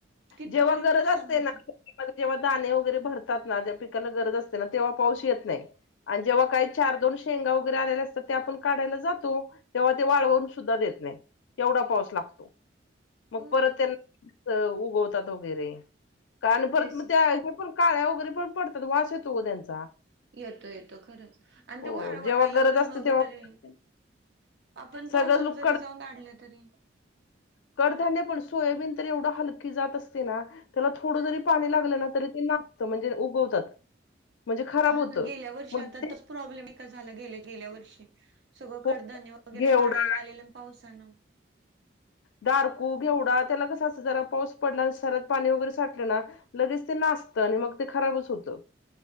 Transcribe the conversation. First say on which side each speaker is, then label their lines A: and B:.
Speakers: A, on the right; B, on the left.
A: कितीतरी
B: जेव्हा गरज
A: नुकसान
B: असते
A: होतंय.
B: ना जेव्हा दाणे वगैरे भरतात ना त्या पिकाला गरज असते ना तेव्हा पाऊस येत नाही. आणि जेव्हा काही चार दोन शेंगा वगैरे आलेले असतात ते आपण काढायला जातो. तेव्हा ते वाळवून सुद्धा देत नाही, एवढा पाऊस लागतो. मग
A: हो
B: परत त्यांना उगवतात वगैरे कारण परत
A: तेच
B: मग
A: ना.
B: त्या पण काळ्या वगैरे पण पडतात. वास येतो ओ त्यांचा
A: येतो येतो खरंच आणि
B: हो
A: ते वाळवायला
B: जेव्हा गरज
A: पण
B: असते
A: वगैरे
B: तेव्हा पडत नाही.
A: आपण पावसात
B: सगळंच लोक
A: जरी
B: कड
A: जाऊन काढल्या तरी
B: कडधान्य पण सोयाबीन तर एवढं हलकी जात असते ना त्याला थोडं
A: हा
B: जरी पाणी लागलं ना तरी ते नाचत म्हणजे उगवतात. म्हणजे खराब
A: हा
B: होतं
A: ना गेल्या वर्षी
B: मग
A: आता
B: ते
A: तर प्रॉब्लेम नाही का झाला गे-गेल्या वर्षी. सगळं
B: हो,
A: कडधान्य वगैरे
B: घेवडा
A: काढायला आलेलं आणि पावसानं
B: दारकू घेवडा त्याला कस असं जरा पाऊस पडलं आणि सऱ्यात पाणी वगैरे साठलं ना लगेच ते नासतं आणि मग ते खराबच होतं.